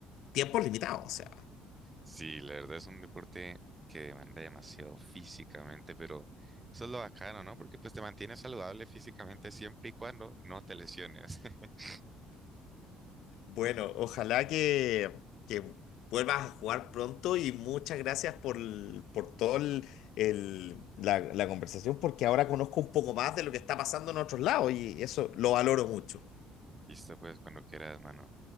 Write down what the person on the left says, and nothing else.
tiempo limitado. O sea,
bueno, ojalá que, que vuelvas a jugar pronto y muchas gracias por, el- por todo el, el- la, la conversación porque ahora conozco un poco más de lo que está pasando en otros lados y eso lo valoro mucho.